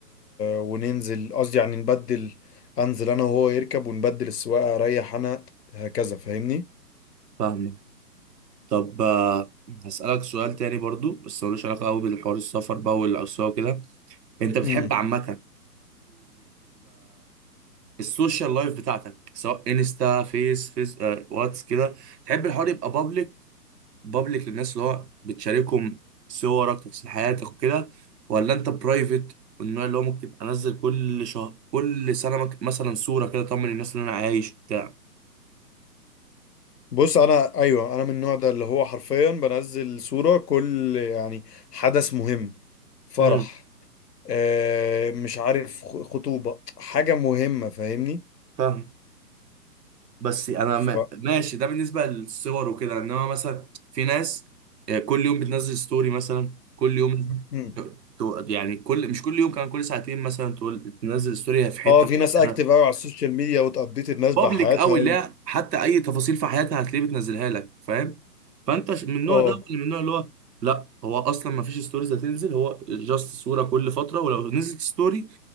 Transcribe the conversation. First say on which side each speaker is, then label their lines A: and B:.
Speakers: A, on the left; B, on the right.
A: وننزل قصدي يعني نبدل انزل انا وهو يركب ونبدل السواقه اريح انا هكذا فاهمني
B: فاهمك طب آه، هسألك سؤال تاني برضو بس ملوش علاقة قوي بالحوار السفر بقى والأسواق وكده انت بتحب
A: امم
B: عامة السوشيال لايف بتاعتك سواء انستا فيس فيس آه، واتس كده تحب الحوار يبقى بابليك بابليك للناس اللي هو بتشاركهم صورك تفاصيل حياتك وكده ولا انت برايفت والنوع اللي هو ممكن انزل كل شهر كل سنه مك- مثلا صوره كده اطمن الناس اللي انا عايش بتاع
A: بص انا ايوه انا من النوع ده اللي هو حرفيا بنزل صوره كل يعني حدث مهم فرح
B: امم
A: آه مش عارف خ- خطوبه حاجه مهمه فاهمني
B: فاهم بس انا
A: ف...
B: ما- ماشي ده بالنسبه للصور وكده انما مثلا في ناس آه، كل يوم بتنزل ستوري مثلا كل يوم
A: مم.
B: تو- يعني كل مش كل يوم كمان كل ساعتين مثلا تقول تنزل ستوري في حته
A: اه في ناس
B: معينه
A: اكتف قوي على السوشيال ميديا وتقضيت الناس
B: بابليك
A: بحياتها
B: قوي
A: و...
B: اللي هي حتى اي تفاصيل في حياتها هتلاقيه بتنزلها لك فاهم فانت ش- من النوع
A: اه
B: ده ولا من النوع اللي هو لا هو اصلا ما فيش ستوريز هتنزل هو جاست صوره كل فتره ولو نزلت ستوري